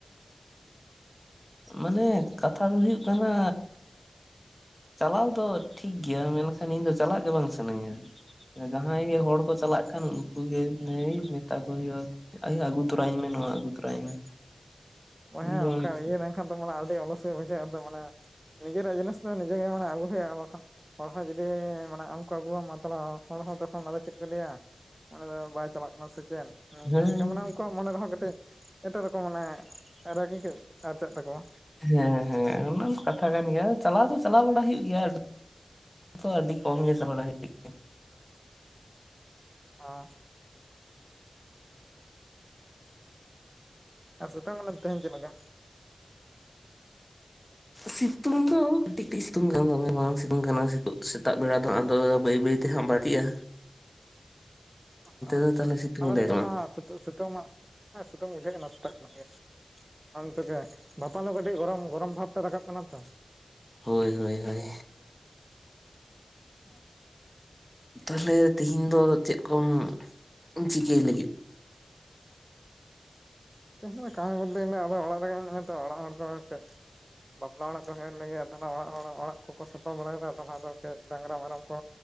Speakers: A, on the left (about 20°); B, on the right (about 20°).
A: ᱩᱸ ᱢᱟᱱᱮ ᱠᱟᱛᱷᱟ ᱫᱚ ᱦᱩᱭᱩᱜ ᱠᱟᱱᱟ ᱪᱟᱞᱟᱣ ᱫᱚ ᱛᱷᱤᱠ ᱜᱮᱭᱟ ᱢᱮᱱᱠᱷᱟᱱ ᱤᱧ ᱫᱚ ᱪᱟᱞᱟᱜ ᱜᱮ ᱵᱟᱝ ᱥᱟᱹᱱᱟᱹᱧᱟ᱾ ᱡᱟᱦᱟᱸᱭ ᱜᱮ ᱦᱚᱲ ᱠᱚ ᱪᱟᱞᱟᱜ ᱠᱷᱟᱱ ᱩᱝᱠᱩ ᱜᱮ ᱞᱟᱹᱭ ᱢᱮᱛᱟ ᱠᱚ ᱦᱳᱭᱳᱜᱼᱟ ᱾ ᱟᱭᱳ ᱟᱜᱩ ᱛᱚᱨᱟ ᱟᱹᱧ ᱢᱮ ᱱᱚᱣᱟ ᱟᱜᱩ ᱛᱚᱨᱟ ᱟᱹᱧ ᱢᱮ᱾ ᱤᱧ
B: ᱦᱮᱸ
A: ᱫᱚ
B: ᱚᱱᱠᱟ ᱤᱭᱟᱹ ᱞᱮᱱᱠᱷᱟᱱ ᱫᱚ ᱢᱟᱱᱮ ᱟᱹᱰᱤ ᱚᱞᱚᱥ ᱜᱮ ᱵᱩᱡᱟᱹᱜᱼᱟ ᱫᱚ ᱢᱟᱱᱮ ᱱᱤᱡᱮᱨᱟᱜ ᱡᱤᱱᱤᱥ ᱫᱚ ᱱᱤᱡᱮ ᱜᱮ ᱢᱟᱱᱮ ᱟᱹᱜᱩ ᱦᱩᱭᱩᱜᱼᱟ ᱵᱟᱠᱷᱟᱱ ᱦᱚᱲ ᱦᱚᱸ ᱡᱩᱫᱤ ᱢᱟᱱᱮ ᱟᱢ ᱠᱚ ᱟᱹᱜᱩ ᱟᱢᱟ ᱛᱟᱦᱚᱞᱮ ᱦᱚᱲ ᱦᱚᱸ ᱛᱚᱠᱷᱚᱱ ᱟᱫᱚ ᱪᱮᱫ ᱠᱚ ᱞᱮᱭᱟ᱾ ᱚᱱᱤ ᱫᱚ ᱵᱟᱭ ᱪᱟᱞᱟᱜ ᱠᱟᱱᱟ ᱥᱮ ᱪᱮᱫ ᱾ ᱱᱤᱝᱠᱟᱹ
A: ᱦᱮᱸ
B: ᱱᱤᱝᱠᱟᱹ ᱢᱟᱱᱮ ᱩᱱᱠᱩᱣᱟᱜ ᱢᱚᱱᱮ ᱨᱮᱦᱚᱸ ᱠᱟᱹᱴᱤᱡ ᱮᱴᱟᱜ ᱨᱚᱠᱚᱢ ᱢᱟᱱᱮ ᱨᱟᱹᱜᱤ ᱟᱨᱪᱟᱜ ᱛᱟᱠᱚᱣᱟ᱾
A: ᱦᱮᱸ ᱦᱮᱸ ᱚᱱᱟ ᱦᱚᱸ ᱠᱟᱛᱷᱟ ᱠᱟᱱ ᱜᱮᱭᱟ ᱪᱟᱞᱟᱣ ᱫᱚ ᱪᱟᱞᱟᱣ ᱵᱟᱲᱟ ᱦᱩᱭᱩᱜ ᱜᱮᱭᱟ ᱟ ᱛᱚ ᱟᱹᱰᱤ ᱠᱚᱢ ᱜᱮ ᱪᱟᱞᱟᱣ ᱵᱟᱲᱟ ᱦᱩᱭᱩᱜ <inaudible>
B: ᱚ ᱟᱨ ᱥᱮᱛᱳᱝ ᱠᱟᱱᱟ ᱛᱮᱦᱮᱧ ᱪᱮᱫ ᱞᱮᱠᱟ?
A: ᱥᱤᱛᱩᱝ ᱫᱚ ᱠᱟᱹᱴᱤᱡ ᱠᱟᱹᱴᱤᱡ ᱥᱤᱛᱩᱝ ᱠᱟᱱ ᱫᱚ ᱢᱮ ᱵᱟᱝ ᱥᱤᱛᱩᱝ ᱠᱟᱱᱟ ᱥᱮᱛᱟᱜ ᱵᱮᱲᱟ ᱫᱚ ᱟᱫᱚ ᱵᱟᱹᱭ ᱵᱟᱹᱭ ᱛᱮᱦᱚᱜ ᱵᱟᱛᱤᱜᱼᱟ᱾
B: <unintelligible> ᱦᱮᱸ
A: ᱫᱚ ᱛᱟᱦᱚᱞᱮ ᱥᱤᱛᱩᱝ
B: ᱟᱞᱮ ᱱᱚᱛᱮ
A: ᱞᱮ ᱵᱟᱝ
B: ᱢᱟ ᱥᱤᱛᱟᱹᱝ ᱥᱤᱛᱳᱝ ᱢᱟ ᱦᱮᱸ ᱥᱤᱩᱛᱟᱹᱝ ᱵᱩᱡᱷᱟᱹᱜ ᱮᱱᱟ ᱥᱮᱛᱟᱜ ᱠᱷᱚᱱᱟᱜ ᱜᱮ᱾ ᱟᱢ ᱛᱮᱜᱮ ᱵᱟᱷᱟᱯᱟ ᱞᱳ ᱠᱟᱹᱴᱤᱡ ᱜᱚᱨᱚᱢ ᱜᱚᱨᱚᱢ ᱵᱷᱟᱵ ᱛᱮ ᱨᱟᱠᱟᱵ ᱠᱟᱱᱟ ᱛᱚ᱾
A: ᱦᱳᱭ ᱦᱳᱭ ᱦᱳᱭ
B: ᱚ
A: ᱛᱟᱦᱚᱞᱮ ᱛᱮᱦᱮᱧ ᱫᱚ ᱪᱮᱫ ᱠᱚᱢ ᱪᱤᱠᱟᱹᱭ ᱞᱟᱹᱜᱤᱫ?
B: ᱛᱮᱦᱮᱧ ᱠᱟᱹᱢᱤ ᱵᱳᱞᱛᱮ ᱜᱮᱞᱮ ᱟᱫᱚ ᱚᱲᱟᱜ ᱨᱮᱜ ᱢᱮᱱᱟᱜᱟ ᱞᱤᱧᱟ ᱛᱚ ᱚᱲᱟᱜ ᱦᱚᱲ ᱠᱚ ᱴᱮᱜ᱾ ᱵᱟᱯᱞᱟ ᱚᱲᱟᱜ ᱠᱚ ᱦᱮᱜ ᱞᱮᱜᱮ ᱛᱟᱞᱦᱮ ᱚᱲᱟᱜ ᱦᱚᱲ ᱚᱲᱟᱜ ᱠᱚᱠᱚ ᱥᱟᱯᱷᱟ ᱵᱟᱲᱟᱭ ᱫᱟ ᱛᱟᱞᱦᱮ ᱟᱫᱚ ᱠᱟᱹᱡ ᱰᱟᱝᱨᱟ ᱢᱮᱨᱚᱢ ᱠᱚ